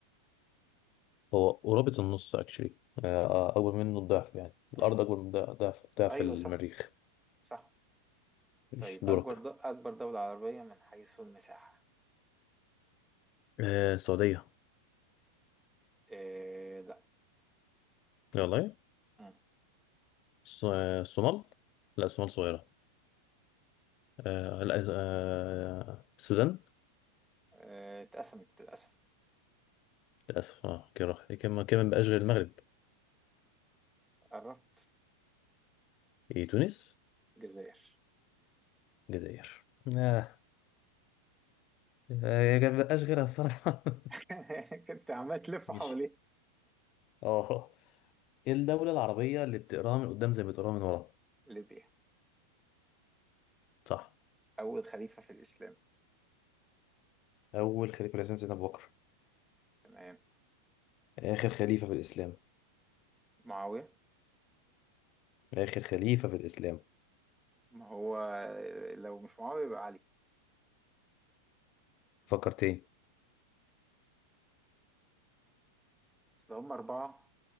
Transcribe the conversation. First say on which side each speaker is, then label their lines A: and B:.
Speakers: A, on the left; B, in the centre.
A: هو قرابة النص اكشلي آه آه، اكبر منه الضعف يعني الارض
B: مم.
A: اكبر من ضع- ضعف ضعف
B: ايوه
A: المريخ
B: صح صح
A: مش
B: طيب
A: دورك
B: اكبر د... اكبر دولة عربية من حيث المساحة
A: آه السعودية
B: آه لا
A: والله
B: مم.
A: الص- آه، الصومال لا الصومال صغيرة آه لا آه السودان
B: آه اتقسمت للاسف
A: للأسف اه كده راح كمان كمان بقاش غير المغرب
B: قربت
A: إيه تونس
B: الجزائر
A: الجزائر اه يا جماعة مبقاش غيرها الصراحة <laughs>
B: <laughs> كنت عمال تلف
A: ماشي
B: حواليه
A: اه ايه الدولة العربية اللي بتقراها من قدام زي ما بتقراها من ورا
B: ليبيا
A: صح
B: أول خليفة في الإسلام
A: أول خليفة لازم سيدنا أبو بكر
B: تمام
A: آخر خليفة في الإسلام
B: معاوية
A: آخر خليفة في الإسلام
B: ما هو لو مش معاوية يبقى علي
A: فكر تاني
B: أصل هم أربعة